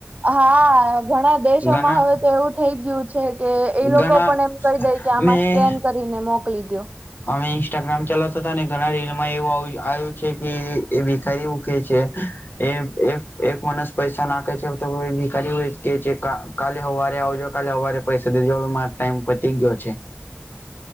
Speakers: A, on the right; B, on the left.
A: હા ઘણા દેશોમાં
B: ઘણા
A: હવે તો એવું થઈ ગયું છે કે એ લોકો
B: ઘણા
A: પણ એમ કહી દે કે આમાં
B: મેં
A: સ્કેન કરીને મોકલી દયો.
B: અમે ઇન્સ્ટાગ્રામ ચાલાવતા તા ને ઘણા રીલમાં એવું આવ્યું છે, કે એ ભીખારી એવું કે છે. એ એક એક માણસ પૈસા નાખે છે તો ભીખારી ઓ જ કે છે કા કાલે હવારે આવજો કાલે હવારે પૈસા માર ટાઈમ પચી ગયો છે,